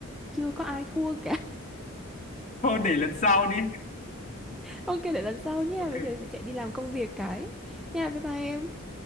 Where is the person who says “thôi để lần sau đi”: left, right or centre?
Left